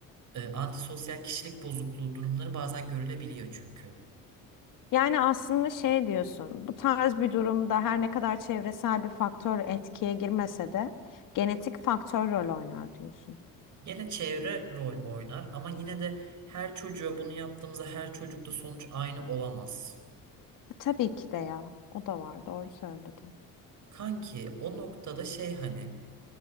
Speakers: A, on the right; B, on the left.
A: eee, antisosyal kişilik bozukluğu durumları bazen görülebiliyor çünkü.
B: Yani aslında şey diyorsun, bu tarz bir durumda her ne kadar çevresel bir faktör etkiye girmese de genetik faktör rol oynar diyorsun.
A: Gene çevre rol oynar ama yine de her çocuğa bunu yaptığımızda her çocukta sonuç aynı olamaz.
B: E, Tabii ki de ya. O da var. Doğru söyledin.
A: Kanki o noktada şey hani